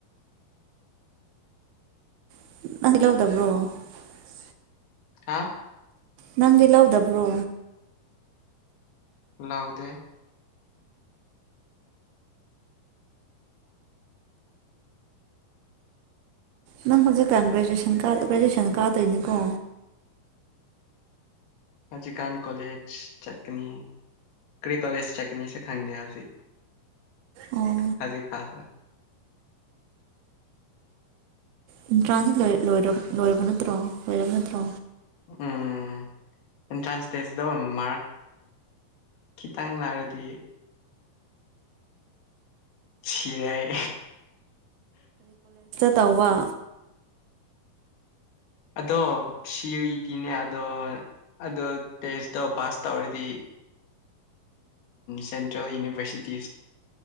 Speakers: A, on the right (about 80°); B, on the left (about 75°).
A: <inaudible>
B: ꯍꯥ
A: ꯅꯪꯗꯤ ꯂꯧꯗꯕ꯭ꯔꯣ
B: ꯂꯧꯗꯦ
A: ꯅꯪ ꯍꯧꯖꯤꯛꯀ ꯒ꯭ꯔꯦꯖꯨꯟ ꯒ꯭ꯔꯦꯖꯨꯋꯦꯁꯟ ꯀꯥꯔꯗꯣꯏꯅꯤꯀꯣ
B: ꯍꯧꯖꯤ ꯀꯥꯟ ꯀꯂꯦꯖ ꯆꯠꯅꯤ ꯀ꯭ꯔꯤ ꯀꯂꯦꯖ ꯆꯅꯤ ꯁꯦ ꯈꯥꯡꯅꯤꯡꯗꯦ ꯍꯧꯖꯤꯛ
A: ꯑꯣ
B: ꯍꯖꯤꯛ ꯐꯥꯁ
A: ꯑꯦꯟꯇ꯭ꯔꯥꯟꯁꯁꯤ ꯂꯣꯏꯔꯕ ꯅꯠꯇ꯭ꯔꯣ ꯂꯣꯏꯔꯕ ꯅꯠꯇ꯭ꯔꯣ
B: ꯎꯝ ꯑꯦꯟꯇ꯭ꯔꯥꯟꯁ ꯗꯦꯠꯁꯤꯗ ꯃꯥꯔꯛ ꯈꯤꯇꯪ ꯂꯥꯛꯔꯗꯤ ꯁꯤꯔꯦ
A: ꯇꯋꯥ
B: ꯑꯗꯣ ꯁꯤ ꯌꯨ ꯏ ꯇꯤꯅꯦ ꯑꯗꯣ ꯑꯗꯣ ꯇꯦꯁꯇꯣ ꯄꯥꯁ ꯇꯧꯔꯗꯤ ꯁꯦꯟꯇ꯭ꯔꯦꯜ ꯌꯨꯅꯤꯚꯔꯁꯤꯇꯤ